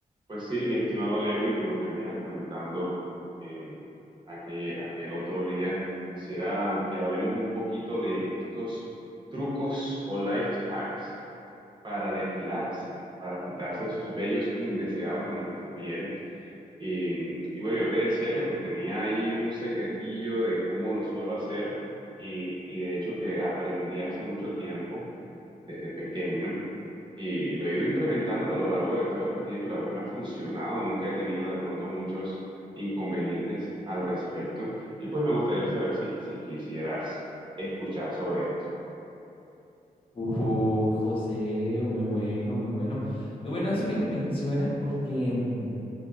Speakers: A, on the right; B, on the left.
A: Pues sí, mi estimado Lewin, como te venía comentando eh, aquel, aquel otro día, quisiera que hablemos un poquito de estos trucos o life hacks para depilarse, para quitarse esos vellos indeseados de nuestra piel. Y, y bueno, yo te decía que pues tenía ahí un secretillo de cómo lo suelo hacer y, y de hecho que aprendí hace mucho tiempo, desde pequeño. Y lo he ido implementando a lo largo de todo este tiempo y la verdad me ha funcionado. Nunca he tenido de pronto muchos inconvenientes al respecto. Y pues me gustaría saber si, si quisieras escuchar sobre esto.
B: Uh, José, muy bueno, muy bueno. Muy bueno eso que me mencionas porque mm,